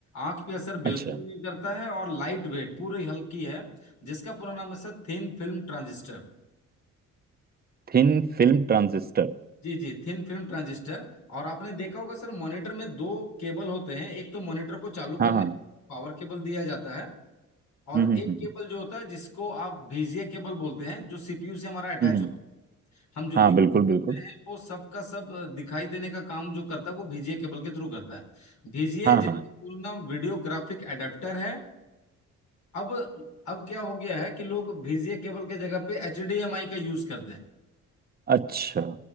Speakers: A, on the left; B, on the right.
A: आंख पे असर बिल्कुल
B: अच्छा
A: नहीं करता है और लाइट वेट पूरी हल्की है जिसका पूरा नाम है सर थिन फिल्म ट्रांजिस्टर
B: थिन फिल्म ट्रांजिस्टर
A: जी जी थिन फिल्म ट्रांजिस्टर और आपने देखा होगा सर मॉनिटर में दो केबल होते हैं एक तो मॉनिटर को चालू करने
B: हाँ हाँ
A: पावर केबल दिया जाता है और
B: हम्म हम्म
A: एक
B: हम्म
A: केबल जो होता है जिसको आप बीजीए केबल बोलते हैं जो सीपीयू से हमारा अटैच
B: हम्म, हम्म,
A: होता है हम जो
B: हाँ
A: भी करते
B: बिल्कुल बिल्कुल
A: हैं वो सब का सब अ, दिखाई देने का काम जो करता है वो बीजीए केबल के थ्रू करता है बीजीए
B: हाँ
A: जिसका
B: हाँ
A: पूरा नाम वीडियो ग्राफिक एडेप्टर है अब अब क्या हो गया है कि लोग बीजीए केबल के जगह पे एचडीएमआई का यूज करते हैं
B: अच्छा